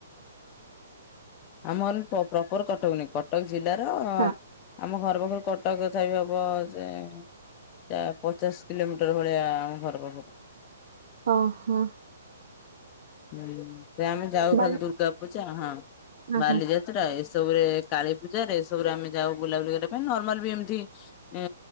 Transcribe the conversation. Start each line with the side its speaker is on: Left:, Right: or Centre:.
Left: ଆମର ପ-ପ୍ରପର କଟକ ନାଇ କଟକ ଜିଲ୍ଲାର।
Right: ହଁ
Left: ଆମ ଘର ପାଖରୁ କଟକ ତଥାପି ବି ହବ ଯେ। ପଚା ପଚାଶ କିଲୋମିଟର ଭଳିଆ ଆମ ଘର ପାଖରୁ।
Right: ଓ ହୋ।
Left: ହୁଁ ସେ ଆମେ ଯାଉ
Right: ବାଲି
Left: ଖାଲି ଦୁର୍ଗା ପୂଜା ହଁ।
Right: ହଁ
Left: ବାଲିଯାତ୍ରା
Right: ହଁ
Left: ଏସବୁରେ କାଳୀ ପୂଜାରେ ଏସବୁରେ ଆମେ ଯାଉ ବୁଲାବୁଲି କରିବା ପାଇଁ ନର୍ମାଲ ବି ଏମିତି ଏଁ